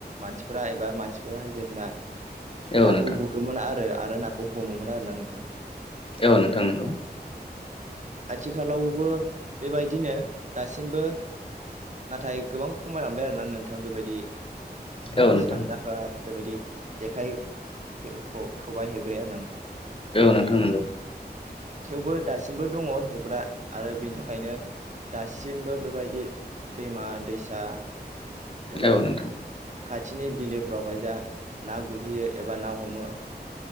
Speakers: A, on the right (about 45°); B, on the left (about 30°).
A: मानसिफोरा एबा मानसिफोराहाय जेरना
B: औ
A: नाखौ
B: नोंथां
A: गुरोमोन आरो आरो नाखौ हमोमोन आरो ना नोंथां
B: औ नोंथां नोंगौ
A: आथिखालावबो बेबायदिनो दासिमबो नाथाय गोबां खमायलांबाय आरना नोंथां बेबायदि
B: औ नोंथां
A: सानदांगा बेबायदि जेखाइ खे ख खबाय हेबग्राया आरना नोंथां
B: औ नोंथां नोंगौ
A: थेवबो दासिमबो दङ हेबग्रा आरो बिन थाखायनो दासिमबो बेबायदि दैमा दैसा एबा
B: औ नोंथां
A: खाथिनि बिलोफोरावहाय जा ना गुरहैयो एबा ना हमो